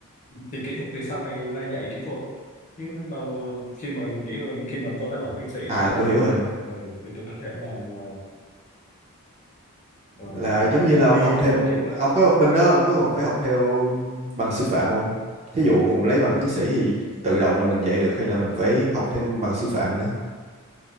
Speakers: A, on the left; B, on the right.
A: thì kỹ thuật thì sau này ra dạy kỹ thuật chứ lúc đầu ờ, khi mà nghĩ là khi mà tôi lấy bằng tiến sĩ
B: à
A: xong
B: tôi hiểu rồi
A: ừ, thì tôi có thể là mà ờ,
B: là giống
A: giảng
B: như là ông
A: viên
B: học
A: đồ
B: thêm
A: kiểu á
B: ông có bên đó ông có còn phải học theo bằng sư phạm không thí dụ lấy bằng tiến sĩ thì tự động là mình dạy được hay là mình phải học thêm bằng sư phạm nữa